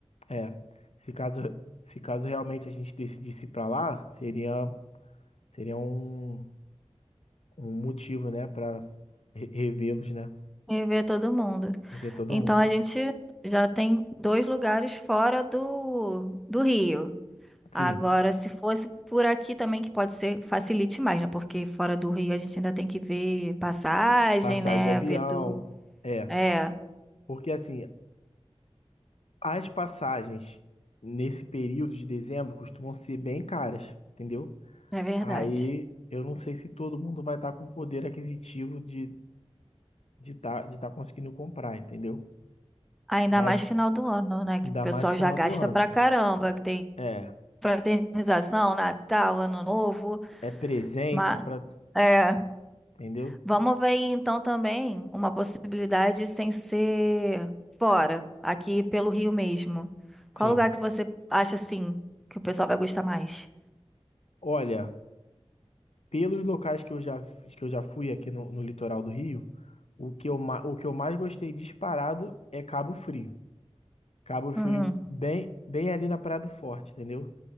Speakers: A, on the left; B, in the centre.
A: é, se caso, se caso realmente a gente decidisse ir pra lá, seria, seria um, um motivo, né, Pra re- revê-los, né?
B: e ver todo mundo.
A: Rever todo
B: Então
A: mundo.
B: a gente já tem dois lugares fora do, do Rio.
A: Sim,
B: Agora, se fosse por aqui também, que pode ser, facilite mais, né? Porque fora do Rio a gente ainda tem que ver passagem,
A: passagem
B: né?
A: de avião,
B: Ver tudo.
A: é,
B: É,
A: porque assim, as passagens nesse período de dezembro costumam ser bem caras, entendeu?
B: é verdade.
A: Aí eu não sei se todo mundo vai estar com poder aquisitivo de de estar de tá conseguindo comprar, entendeu?
B: Ainda
A: Mas
B: mais final do ano, né? Que
A: ainda
B: o pessoal
A: mais final
B: já gasta
A: do ano.
B: pra caramba, que tem
A: É,
B: Fraternização, Natal, Ano Novo.
A: é presente
B: ma-
A: para,
B: é,
A: entendeu?
B: vamos ver aí, então também uma possibilidade sem ser fora, aqui pelo Rio mesmo. Qual
A: Sim.
B: lugar que você acha assim que o pessoal vai gostar mais?
A: Olha, pelos locais que eu já que eu já fui aqui no, no litoral do Rio, o que eu, ma- o que eu mais gostei disparado é Cabo Frio. Cabo Frio
B: Uhum,
A: bem bem ali na Praia do Forte, entendeu?